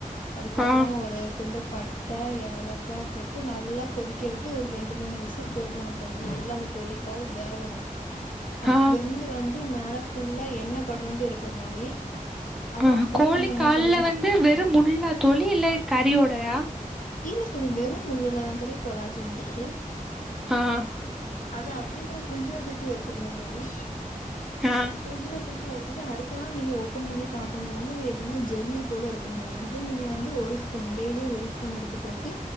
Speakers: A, on the left; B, in the centre.
A: அதுக்கப்றோ
B: ஆ
A: ஒரு துண்டு பட்ட ஏலக்கா போட்டு நா நல்லா கொதிக்க விட்டு ஒரு ரெண்டு மூணு விசில் போட்றனு தோழி நல்லா அந்த கோழிக்கால் வேவணு அப்டி
B: ஆ
A: வெந்து வந்து மேல ஃபுல்லா எண்ண படர்து இருக்கு தோழி அதை
B: ஆஹ்
A: அப்படியே
B: கோழி
A: நம்ம என்ன
B: கால்ல
A: பண்ணிடணும்
B: வந்து வெறும் முள்ளா தோழி இல்ல கறி ஓடவா
A: இல்ல தோழி வெறும் முள்ளுலதா கொலாஜின் இருக்கு
B: ஆஹ்
A: அத அப்டியே நம்ம ஃப்ரிட்ஜ்ல தூக்கி வச்சர்னு தோழி
B: ஆ
A: ஃப்ரிட்ஜ்ல தூக் <unintelligible> வச்சுட்டு அடுத்த நாள் நீங்க ஓபன் பண்ணி பாக்குபோது வந்து எப்டினா ஜெல்லி போலருக்கு தோழி அத நீங்க வந்து ஒரு ஸ் பூன் டெய்லியு ஒரு ஸ்பூன் எடுத்து போட்டு